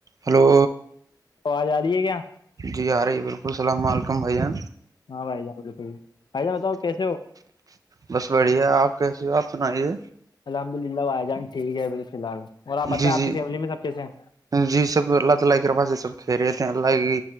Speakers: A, on the right; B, on the left.
A: hello
B: تووج آ رہی ہے کیا
A: جی آ رہے بالکل السلام علیکم بھیا
B: ہاں بھائی جان بک بھائی جہ بتاؤ کیسے ہو
A: بس بڑھیا آپ کیسی بات سنائیے
B: الحمد للہ وھائی جان ٹھیک ہے فی الحال آپ بتائیں
A: جی
B: آ
A: جی
B: کی فیملی میں سب کیسے ہیں
A: جی سب اللہ تعالی کی کربا سے سب کھہ رہے تھے اللہ کی